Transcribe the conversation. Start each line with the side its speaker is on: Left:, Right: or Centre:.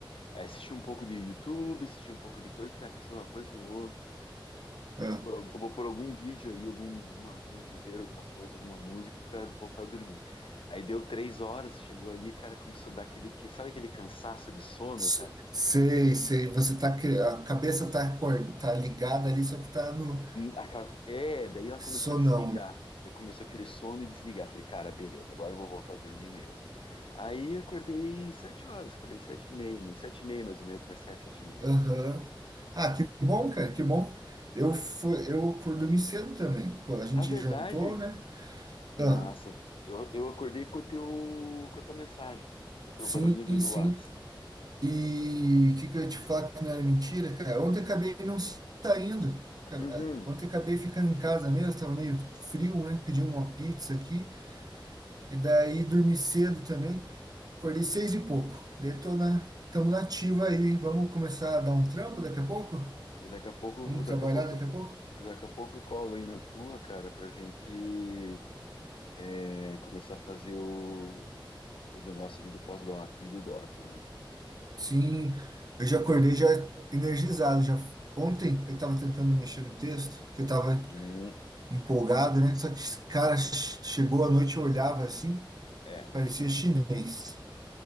Left: Aí assisti um pouco de YouTube, assisti um pouco de coisa, falei, ah, quer saber uma coisa? Eu vou
Right: Ah,
Left: por, al- eu vou por algum vídeo aí, algum, alguma, algum dizer, alguma coisa, alguma música pra voltar a dormir. Aí deu três horas, chegou ali, cara, começou a dar aquele, que- sabe aquele cansaço de sono,
Right: s-
Left: cara?
Right: Sei, sei. Você tá cri- a cabeça tá acor- tá ligada ali, só que tá no
Left: A ca- É, daí ela
Right: sonão,
Left: começou a desligar.
Right: né?
Left: Daí começou aquele sono e desligar. Falei, cara, beleza, agora eu vou voltar a dormir mesmo. Aí acordei sete horas, acordei sete e meia, mas sete e meia mais ou menos, mas sete, sete e meia.
Right: Aham. Ah, que bom, cara, que bom. Eu fui, eu dormi cedo também. Pô, A gente
Left: Na verdade,
Right: jantou, né?
Left: que
Right: Ah,
Left: massa. Eu, eu acordei com o teu, com a tua mensagem, com o teu
Right: sim,
Left: barulhinho do, do
Right: sim.
Left: WhatsApp.
Right: E o que, que eu ia te falar que não era mentira, cara? Ontem eu acabei não saindo. Cara,
Left: Uhum.
Right: Ontem eu acabei ficando em casa mesmo, tava meio frio, né? Pedi uma pizza aqui. E daí dormi cedo também. Acordei seis e pouco. Daí tô na, tamo na ativa aí. Vamos começar a dar um trampo daqui a pouco?
Left: E Daqui a pouco, eu
Right: Vamos
Left: vou- daqui
Right: trabalhar
Left: a pouco,
Right: daqui
Left: eu vou-
Right: a pouco?
Left: daqui a pouco eu colo aí na tua, cara, pra gente é, começar a fazer o- os negócios ali do pós-doc e do doc, né?
Right: Sim, eu já acordei já energizado. Já ontem eu estava tentando mexer no texto, porque eu estava
Left: Uhum.
Right: empolgado, né? Só que, cara, ch- chegou a noite, eu olhava assim.
Left: É,
Right: Parecia chinês.